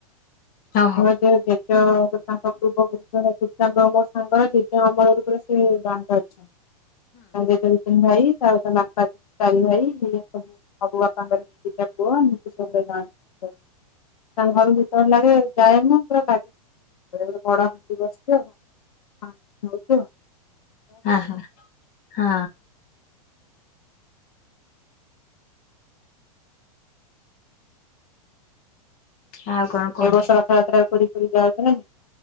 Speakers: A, on the left; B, on the left.
A: ହୁଁ
B: ଯୋଉ <unintelligible> ତାଙ୍କ ପୂର୍ବ ଗୁରୁ ହେ ତାଙ୍କ ମୋ ସାଙ୍ଗର ଜେଜେ ଅମଳା ରୂପରେ ସେ ଜାଣି ଅଛନ୍ତି। <unintelligible> ଭାଇ ତ <unintelligible> ଭାଇ ଇଏ ସବୁ ମୋ ବାପାଙ୍କର କିଛିଟା ପୁଅ <unintelligible> ତା ଘରକୁ କଣ ଲାଗେ। ଟାଇମ ପୁରା ଲାଗେ। ବେଳେବେଳେ ବଡ ହାଣ୍ଡି ବସିଥିଵ ଆଉ କଣ ନଉଚ।
A: ଅହଁ। ହଁ। ଆଉ କଣ କୁହନ୍ତୁ?
B: ଏ ବର୍ଷ ରଥଯାତ୍ରା ପୁରୀ ଯାଉଛ ନା ନାଇଁ?